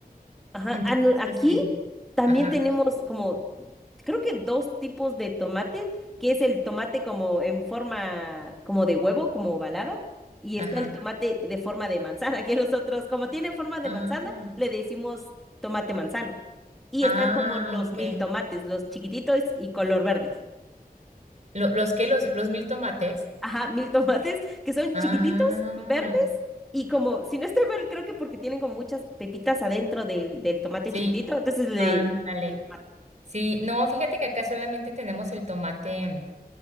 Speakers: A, in the centre; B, on the right.
A: ajá.
B: Entonces,
A: Ah, no, Aquí
B: este,
A: también
B: ajá,
A: tenemos como, creo que dos tipos de tomates, que es el tomate como en forma, como de huevo, como ovalada, y
B: ajá.
A: está el tomate de forma de manzana, <laughs> que nosotros, como tiene forma de
B: Ah,
A: manzana, le decimos tomate manzano. Y
B: ah,
A: están como los
B: ok.
A: mil tomates, los chiquititos y color verdes.
B: Lo- ¿los qué? ¿Los, los mil tomates?
A: ajá, mil tomates que son
B: Ah,
A: chiquititos, verdes y como, si no estoy mal, creo que porque tienen como muchas pepitas adentro del, del tomate
B: sí,
A: chiquitito, entonces le
B: ándale.
A: llamamos mil tomate.
B: Sí, no, fíjate que acá solamente tenemos el tomate.